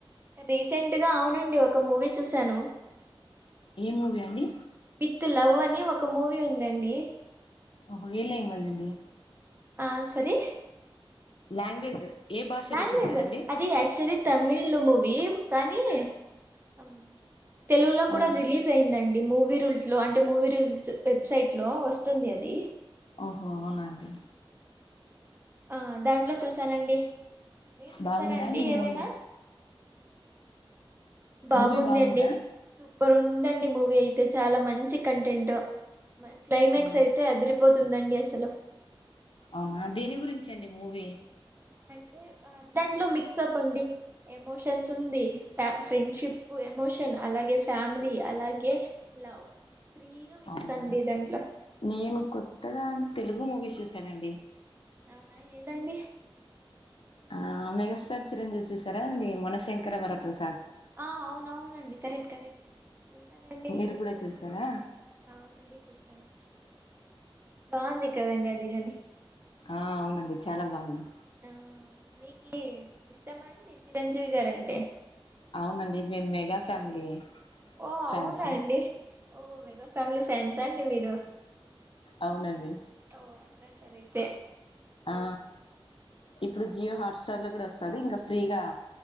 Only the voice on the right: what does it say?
రీసెంట్ గా అవునండి ఒక మూవీ చూసాను.
త్ లవ్ అని ఒక మూవీ ఉందండి
ఆ సరీ
లాంగ్వేజ్
అది యాక్చువలీ తమిళ్ మూవీ కానీ అమ్ తెలుగులో కూడా
రిలీజ్ అయిందండి మూవీ రుల్స్ లో అంటే మూవీ రూల్స్ వెబ్సైట్ లో వస్తుంది అది.
ఆ దాంట్లో చూసానండి మీరు చూసారాండి
ఏవైనా. బాగుంది
అండి సూపర్ ఉందండి మూవీ అయితే చాలా మంచి కంటెంటు. క్లైమాక్స్
అయితే అదిరిపోతుందండి అసలు.
అంటే దాంట్లో మిక్స్ అప్ అండి ఎమోషన్స్ ఉంది ఫ ఫ్రెండ్షిప్పు ఎమోషన్ అలాగే ఫ్యామిలీ అలాగే లవ్ త్రీను మిక్స్
అండి దాంట్లో.
అవునా ఏదండి
ఆ అవునవునండి కరెక్ట్ కరెక్ట్ చూసానండి
నేను కూడా
చూసాను ఆ మూవీ చూసాను. బాంది కదండి అది గని
ఆ మీకి ఇష్టమా అండి చిరంజీవి గారంటే
ఓ
అవునండి ఓ మెగా ఫ్యామిలీ ఫ్యాన్సా అండి మీరు.
ఓ అట్లంటారయితే